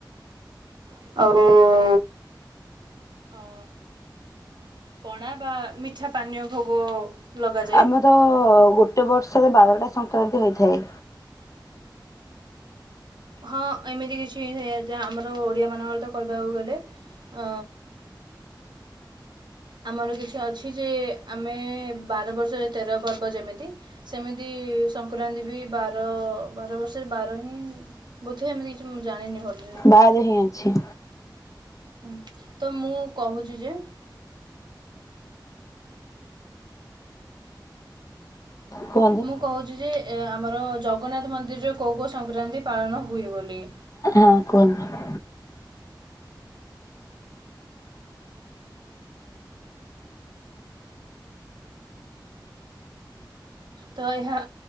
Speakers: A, on the right; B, on the left.
A: ଆଉ ଅ ପଣା ବା ମିଠା ପାନ୍ୟ ଭୋଗ ଲଗାଯାଏ।
B: ଆମେ ତ ଗୋଟେ ବର୍ଷରେ ବାରଟା ସଂକ୍ରାନ୍ତି ହୋଇଥାଏ।
A: ହଁ ଏମିତି କିଛି ଯାହା ଆମର ଓଡିଆ ମାନଙ୍କର ତ କହିବାକୁ ଗଲେ ଅ ଆମର କିଛି ଅଛି ଯେ ଆମେ ବାର ବର୍ଷରେ ତେର ପର୍ବ ଯେମିତି ସେମିତି ସଂକ୍ରାନ୍ତି ବି ବାର ବାର ବର୍ଷରେ ବାର ହିଁ ବୋଧେ ଏମିତି କିଛି ମୁଁ ଜାଣିନି ଭଲ
B: ବାଦ୍ ହିଁ ଅଛି।
A: ହୁଁ ତ ମୁଁ କହୁଚି ଯେ
B: କୁହନ୍ତୁ
A: ମୁଁ କହୁଚି ଯେ ଆମର ଜଗନ୍ନାଥ ମନ୍ଦିରରେ କୋଉ କୋଉ ସଂକ୍ରାନ୍ତି ପାଳନ ହୁଏ ବୋଲି
B: ହଁ କୁହନ୍ତୁ।
A: ତ ଏହା